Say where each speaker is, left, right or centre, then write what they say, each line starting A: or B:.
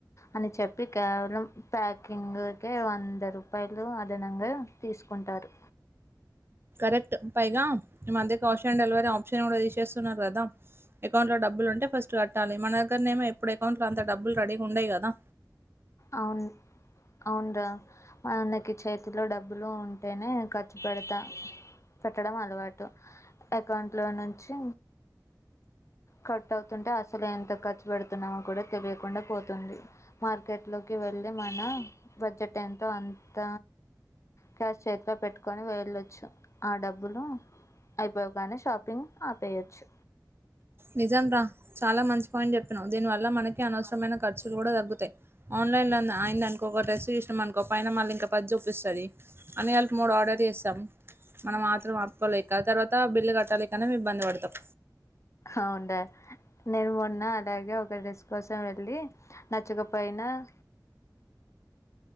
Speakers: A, on the left; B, on the right.
A: అని చెప్పి కేవలం ప్యాకింగ్క వంద రూపాయ లు అదనంగా తీసుకుంటారు
B: కరెక్ట్ పైగా ఈ మధ్య క్యాష్ ఆన్ డెలివరీ ఆప్షన్ కూడా తీసేస్తున్నారు కదా అకౌంట్ లో డబ్బులు ఉంటే ఫస్ట్ కట్టాలి మన దగ్గరనేమో ఎప్పుడు అకౌంట్ లో అంత డబ్బులు రెడీగా ఉండాయి కదా
A: అవును అవున్రా మన్నకి చేతిలో డబ్బులు ఉంటేనే ఖర్చు పెడతా పెట్టడం అలవాటు అకౌంట్ లో నుంచి కట్ అవుతుంటే అసలు ఎంత ఖర్చు పెడుతున్నామో కూడా తెలియకుండా పోతుంది మ లోకి వెళ్ళి మన బడ్జెట్ ఎంతో అంత క్యాష్ చేతిలో పెట్టుకొని వెళ్లొచ్చు ఆ డబ్బులు అయిపోవగానే షాపింగ్ ఆపేయొచ్చు
B: నిజం రా చాలా మంచి పాయింట్ చెప్పినావు దీని వల్ల మనకి అనవసరమైన ఖర్చులు కూడా తగ్గుతాయి ఆన్లైన్లో ఆయింది అనుకో ఒక డ్రెస్ చుసినాం అనుకో పైన మళ్ళ ఇంకా పది చూపిస్తది అన్ని కలిపి మూడు ఆర్డర్ చేస్తారు మనం ఆత్రం ఆపుకోలేక తర్వాత బిల్లు కట్టాలేకనే ము ఇబ్బంది పడతాం
A: అవును రా నేను మొన్న అలాగే ఒక డ్రెస్ కోసం వెళ్ళి నచ్చకపోయినా ఆ